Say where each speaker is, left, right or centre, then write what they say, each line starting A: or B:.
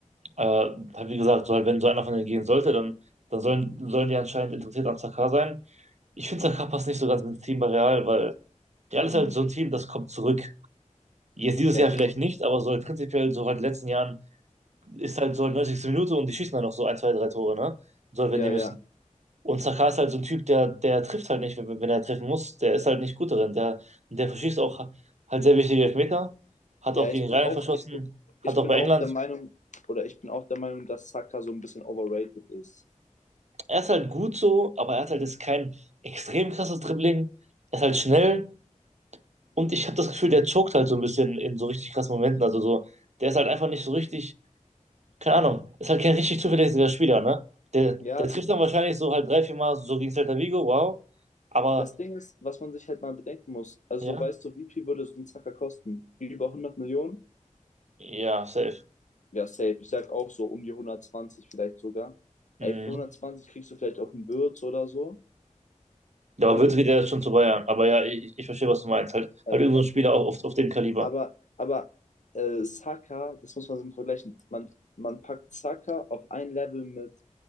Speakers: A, on the right; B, on the left.
A: äh, halt wie gesagt, so halt, wenn so einer von denen gehen sollte, dann, dann sollen, sollen die anscheinend interessiert an Sakar sein. Ich finde, Sakar passt nicht so ganz ins Team bei Real, weil Real ist
B: hm,
A: halt so ein Team, das kommt zurück. Jetzt dieses
B: ja,
A: Jahr vielleicht nicht, aber so halt prinzipiell so halt in den letzten Jahren ist halt so 90. Minute und die schießen dann noch so ein, zwei, drei Tore, ne? Soll, wenn
B: ja,
A: die müssen.
B: ja.
A: Und Saka ist halt so ein Typ, der, der trifft halt nicht, wenn, wenn er treffen muss. Der ist halt nicht gut darin. Der, der verschießt auch halt sehr wichtige Elfmeter. Hat
B: Ja,
A: auch gegen
B: ich bin
A: Rainer
B: auch,
A: verschossen.
B: ich bin,
A: Hat
B: ich
A: auch
B: bin
A: bei
B: auch
A: England.
B: der Meinung, oder ich bin auch der Meinung, dass Saka so ein bisschen overrated ist.
A: Er ist halt gut so, aber er hat halt jetzt kein extrem krasses Dribbling. Er ist halt schnell. Und ich habe das Gefühl, der choked halt so ein bisschen in so richtig krassen Momenten. Also so, der ist halt einfach nicht so richtig keine Ahnung, ist halt kein richtig zuverlässiger Spieler, ne? Der,
B: Ja,
A: der
B: es,
A: trifft dann wahrscheinlich so halt drei, vier Mal so gegen Celta Vigo, wow. Aber
B: das Ding ist, was man sich halt mal bedenken muss. Also,
A: ja,
B: so weißt du, wie viel würde so ein Zacker kosten? Über hundert Millionen?
A: ja, safe.
B: Ja, safe. Ich sag auch so um die hundertzwanzig vielleicht sogar.
A: Mhm.
B: Ey, für hundertzwanzig kriegst du vielleicht auch einen Würz oder so,
A: Da
B: ne?
A: wird wieder schon zu Bayern. Aber ja, ich, ich verstehe, was du meinst. Halt,
B: Äh,
A: halt irgendein Spieler auch auf, auf dem Kaliber.
B: Aber, aber äh, Saka, das muss man so vergleichen. Man, man packt Saka auf ein Level mit